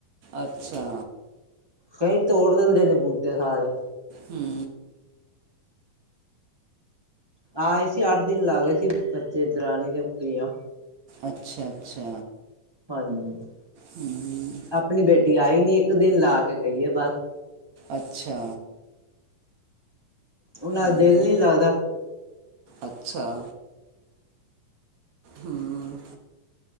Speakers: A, on the right (about 65°); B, on the right (about 15°).
A: ਅੱਛਾ,
B: ਕਈ ਤੋੜ ਦਿੰਦੇ ਨੇ ਬੂਟੇ ਸਾਰੇ,
A: ਹੂੰ,
B: ਆਏ ਸੀ ਅੱਠ ਦਿਨ ਲਾ ਗਏ ਸੀ ਬੱਚੇ ਇਧਰਣੀ ਜਾਂ ਪੀਆਂ।
A: ਅੱਛਾ ਅੱਛਾ,
B: ਹਾਂਜੀ,
A: ਹੂੰ
B: ਆਪਣੀ ਬੇਟੀ, ਆਈ ਨੀ ਇੱਕ ਦਿਨ ਲਾ ਕੇ ਗਈ ਏ ਬਸ,
A: ਅੱਛਾ,
B: ਉਹਨਾ
A: ਹਾਂ
B: ਦਾ ਦਿਲ ਨੀ ਲੱਗਦਾ।
A: ਅੱਛਾ ਹੂੰ,